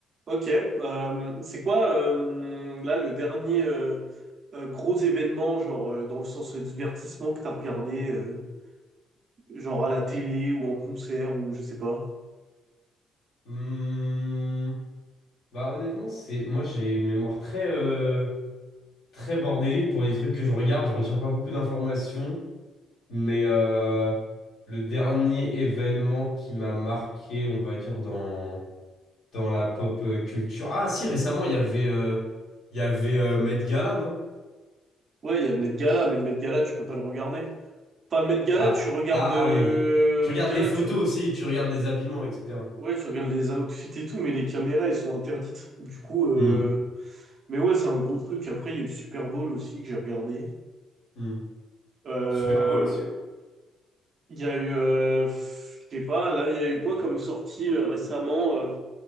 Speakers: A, on the right; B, on the left.
A: Ok, euh, c'est quoi euh, là le dernier euh, euh, gros événement, genre euh, dans le sens euh, divertissement que t'as regardé, euh, genre à la télé ou en concert ou je sais pas.
B: Hmm, Bah honnêtement, c'est moi j'ai une mémoire très euh, très bordélique pour les trucs que je regarde, je retiens pas beaucoup d'informations, mais euh, le dernier événement qui m'a marqué, on va dire dans dans la pop euh, culture. Ah si, récemment, il y avait euh, il y avait euh, Met Gala, non?
A: Ouais, il y a le Met Gala, mais le Met Gala tu peux pas le regarder. Enfin le Met Gala
B: Bah
A: tu regardes,
B: ah
A: euh,
B: oui. ouais. Tu
A: Met
B: regardes
A: Gala
B: les photos
A: tu,
B: aussi, tu regardes les habillements, etc.
A: ouais tu regardes les outfits et tout, mais les caméras elles sont interdites. Du coup, euh,
B: Hmm,
A: mais ouais c'est un gros truc. Après il y a eu le Super Bowl aussi que j'ai regardé.
B: hmm.
A: Euh,
B: Super Bowl aussi, ouais.
A: Il y a eu, euh, pff, je sais pas, là, il y a eu quoi comme sortie euh, récemment? euh